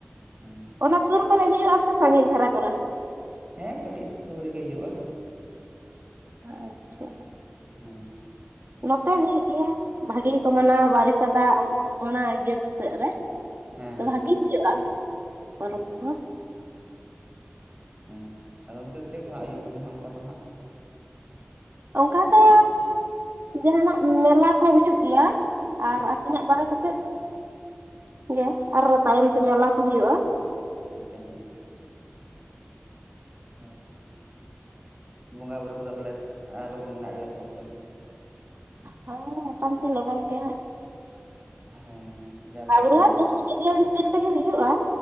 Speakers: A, on the right; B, on the right.
A: ᱦᱩᱸ
B: ᱚᱱᱟ ᱥᱩᱨ ᱠᱚᱨᱮ ᱦᱤᱭ ᱟᱥᱮ ᱥᱟᱺᱜᱮᱧ ᱫᱷᱟᱨᱟ ᱠᱚᱨᱮ?
A: ᱦᱮᱸ ᱠᱟᱹᱴᱤᱡ ᱥᱩᱨ ᱨᱮᱜᱮ ᱦᱩᱭᱩᱜᱼᱟ᱾
B: ᱟᱪᱪᱷᱟ᱾
A: ᱦᱮᱸ
B: ᱱᱚᱛᱮ ᱦᱩᱭᱩᱜ ᱜᱮᱭᱟ, ᱵᱷᱟᱹᱜᱤ ᱜᱮ ᱠᱚ ᱢᱟᱱᱟᱣᱟ ᱵᱟᱨᱤᱯᱟᱫᱟ ᱚᱱᱟ ᱤᱭᱟᱹ ᱥᱮᱫ ᱨᱮ᱾
A: ᱦᱮᱸ ᱦᱮᱸ
B: ᱵᱷᱟᱜᱮ ᱦᱩᱭᱩᱜᱼᱟ ᱯᱚᱨᱚᱵᱽ
A: ᱟᱪᱪᱷᱟ
B: ᱠᱚ᱾
A: ᱦᱩᱸ ᱟᱫᱚ ᱚᱱᱛᱮ ᱫᱚ ᱪᱮᱫ ᱠᱚ ᱦᱟᱜ ᱦᱩᱭᱩᱜ ᱠᱟᱱᱟ ᱚᱱᱠᱟ ᱫᱚ ᱦᱟᱸᱜ?
B: ᱚᱱᱠᱟ ᱫᱚᱻ ᱡᱟᱦᱟᱸ ᱱᱟᱜ ᱢᱮᱞᱟ ᱠᱚ ᱦᱩᱭᱩᱜ ᱜᱮᱭᱟ᱾ ᱟᱨ
A: ᱟᱪᱪᱷᱟ
B: ᱟᱹᱠᱤᱱᱟᱜ ᱵᱟᱨᱮ ᱠᱟᱛᱮᱜ ᱜᱮ ᱟᱨ ᱛᱟᱭᱚᱢ ᱛᱮ ᱢᱮᱞᱟ ᱠᱚ ᱦᱩᱭᱩᱜᱼᱟ᱾
A: ᱟᱪᱪᱷᱟ ᱟᱪᱷᱟ᱾ ᱦᱳᱭ ᱵᱚᱸᱜᱟ ᱵᱳᱩᱨᱩ ᱠᱚᱫᱚ ᱯᱟᱞᱮ ᱞᱚᱜᱚᱱ ᱜᱮ ᱟᱜ ᱦᱚᱭᱟᱹᱚᱜᱼᱟ ᱯᱟᱞᱮᱱ?
B: ᱦᱚᱸ ᱢᱳᱚᱴᱟᱢᱩᱴᱤ ᱞᱚᱜᱚᱱ ᱜᱮ,
A: ᱦᱮᱸ ᱡᱟᱦᱟᱸ
B: <unintelligible>
A: ᱞᱮᱠᱟ ᱵᱤᱱ ᱞᱟᱹᱭᱮᱫ
B: ᱵᱷᱤᱛᱤᱨ ᱛᱮᱜᱮ ᱦᱩᱭᱩᱜᱼᱟ,